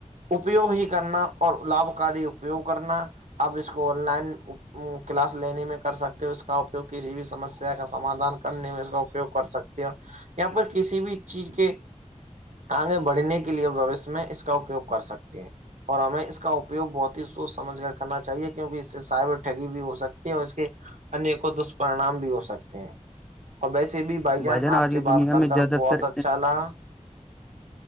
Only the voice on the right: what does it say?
اپیوگ ہی کرنا اور لابھکاری اپیوگ کرنا آپ اس کو آن لائن کلاس لینے میں کر سکتے ہو اس کا اپیوگ کسی بھی سمسیا کا سمادھان کرنے میں اس کا اپیوگ کر سکتے ہو یا پر کسی بھی چیز کے آگے بڑھنے کے لیے بوشیہ میں اس کا اپیوگ کر سکتے ہیں اور ہمیں اس کا اپیوگ بہت ہی سوچ سمج کر کرنا چاہیے کیونکہ اس سے سائبر ٹگی بھی ہو سکتی ہے اور اس کے انیکوں دشپرنام بھی ہو سکتے ہیں اور ویسے بھی بھائی جان
آپ
سے بات
کر
کر
بہت
اچھا لگا